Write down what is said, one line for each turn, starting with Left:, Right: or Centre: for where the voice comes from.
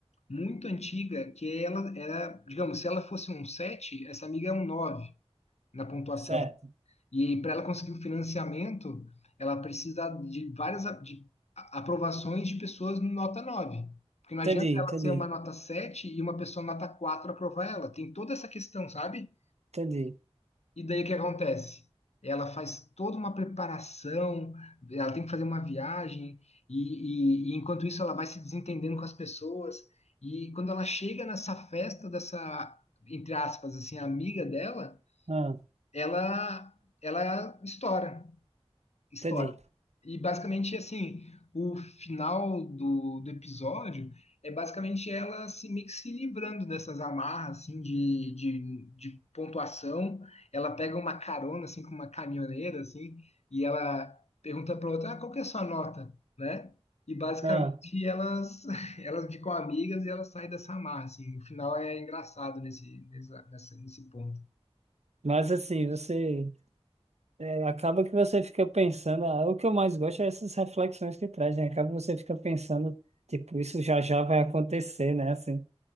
Left: muito antiga, que ela era, digamos, se ela fosse um 7, essa amiga é um 9 na pontuação.
Right: certo.
Left: E para ela conseguir o financiamento, ela precisa de várias a- de a- aprovações de pessoas nota nove Porque não
Right: Entendi,
Left: adianta ela
Right: entendi.
Left: ser uma nota 7 e uma pessoa nota 4 aprovar ela. Tem toda essa questão, sabe?
Right: Entendi.
Left: E daí o que acontece? Ela faz toda uma preparação, ela tem que fazer uma viagem, e, e- e enquanto isso ela vai se desentendendo com as pessoas. E quando ela chega nessa festa dessa, entre aspas, assim, amiga dela,
Right: Ah,
Left: ela, ela estoura história.
Right: entendi.
Left: E basicamente, assim, o final do, do episódio é basicamente ela se, meio que se livrando dessas amarras, assim, de, de, de pontuação. Ela pega uma carona, assim, com uma caminhoneira, assim, e ela pergunta para outra, ah, qual que é a sua nota, né? E basicamente
Right: Ah,
Left: elas, <laughs> elas ficam amigas e elas saem dessa amarra, assim. O final é engraçado nesse, nessa- nessa- nesse ponto.
Right: mas assim, você é, acaba que você fica pensando, ah, o que eu mais gosto é essas reflexões que traz, né? Acaba que você fica pensando, tipo, isso já já vai acontecer, né? Assim,